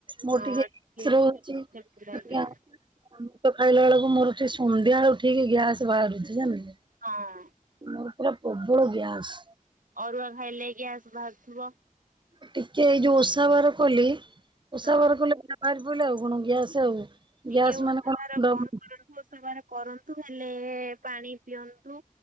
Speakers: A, on the right; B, on the right.
A: ମୋର
B: ହଁ
A: ଟିକେ
B: ଟିକେ
A: ସ୍ଲୋ ଅଛି ଆଞା।
B: ସେମିତି ଲାଗେ
A: ଆମିଷ ଖାଇଲା ବେଳକୁ ମୋର ଠିକ୍ ସନ୍ଧ୍ୟାବେଳକୁ ଠିକ ଗ୍ୟାସ ବାହାରୁଛି ଜାଣିଲେ।
B: ହଁ।
A: ମୋର ପୁରା ପ୍ରବଳ ବ୍ୟାସ।
B: ଅରୁଆ ଖାଇଲେ ଗ୍ୟାସ ବାହାରୁଥିବ?
A: ଟିକେ ଏଇ ଯୋଉ ଓଷା ବାର କଲି ଓଷା
B: ହଁ
A: ବାର କଲେ <unintelligible> ବାହାରି ପଡ଼ିଲା ଆଉ କଣ ଗ୍ୟାସ୍ ଆଉ
B: ଟିକେ
A: ଗ୍ୟାସ୍
B: ଓଷା
A: ମାନେ କଣ
B: ବାର
A: ଡମ
B: କମ କରନ୍ତୁ ଓଷା ବାର କରନ୍ତୁ ନ ହେଲେ ପାଣି ପିଅନ୍ତୁ